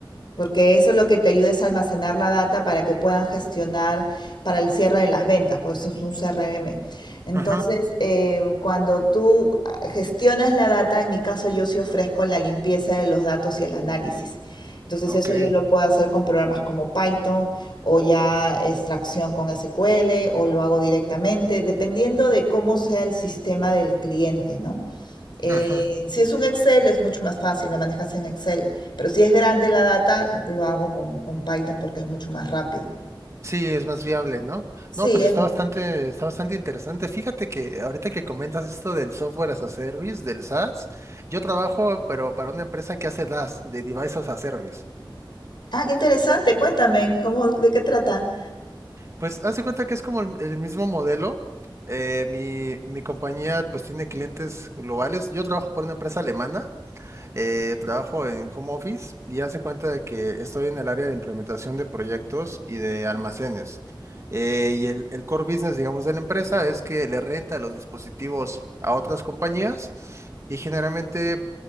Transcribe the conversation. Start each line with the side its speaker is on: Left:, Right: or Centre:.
Left: porque eso es lo que te ayuda a almacenar la data para que puedan gestionar para el cierre de las ventas, por eso es un CRM. Entonces,
Right: ujú,
Left: eh, cuando tú gestionas la data, en mi caso yo sí ofrezco la limpieza de los datos y el análisis. Entonces,
Right: ok.
Left: eso yo lo puedo hacer con programas como Python o ya extracción con SQL o lo hago directamente, dependiendo de cómo sea el sistema del cliente, ¿no? Eh,
Right: ujú.
Left: si es un Excel es mucho más fácil, lo manejas en Excel, pero si es grande la data, lo hago con, con Python porque es mucho más rápido.
Right: Sí, es más viable, ¿no?
Left: Sí,
Right: No, pues
Left: es
Right: está
Left: más.
Right: bastante, está bastante interesante. Fíjate que ahorita que comentas esto del software as a service, del SaaS, yo trabajo, pero para una empresa que hace DaaS, de Devices as a Service.
Left: Ah, qué interesante, cuéntame, ¿cómo, de qué trata?
Right: Pues haz de cuenta que es como el, el mismo modelo. Eh, mi, mi compañía pues tiene clientes globales. Yo trabajo por una empresa alemana eh, trabajo en home office y hace cuenta de que estoy en el área de implementación de proyectos y de almacenes. Eh, y el, el core business, digamos, de la empresa es que le renta los dispositivos a otras compañías y generalmente